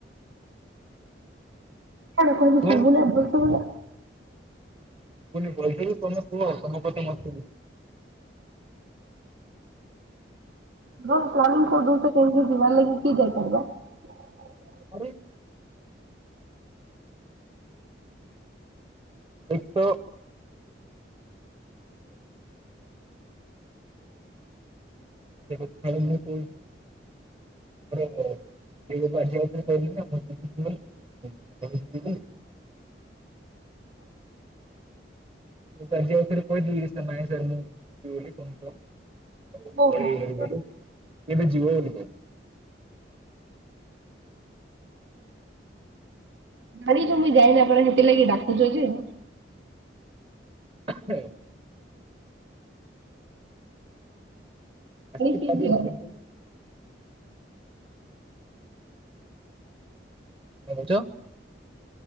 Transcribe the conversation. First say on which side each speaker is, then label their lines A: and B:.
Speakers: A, on the right; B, on the right.
A: କଣ କହିଲ
B: କୁହ
A: ଶବୁଲେ ଏବ <unintelligible>
B: ବ ତମେ ସମପତି ମ <unintelligible>
A: ହ ପଣି କୋଉ ଦଉ ସେ କ ଯିବ ଲାଗି କିଏ ଯାଇପାରିବା <unintelligible>
B: ଆରେ ଏ ତ ସେଖଥାଲେ ମୁଁ କ <unintelligible> ମର ମଡି ଆସିବା କହିଲି ନା <unintelligible> ହୁଁ ସେ ଯିବ <unintelligible> ମଷରେ କହି ନାଇଁ ସ ମୁଁ ବୋଲି କ କ <unintelligible>
A: ଓହୋ।
B: ଏବେ ଜିିବ <unintelligible>
A: ଗାାର ତ ମୁଁ ଯାଇନ ପ ସେ ଲଗି ଡାକୁଚଛ ଯେ <unintelligible>
B: ହଁ
A: ଜାଣିଛି
B: ଆସିଛି ଖଦ
A: ଦିଅ
B: କିନ୍ତୁ <unintelligible> ଯଉ <unintelligible>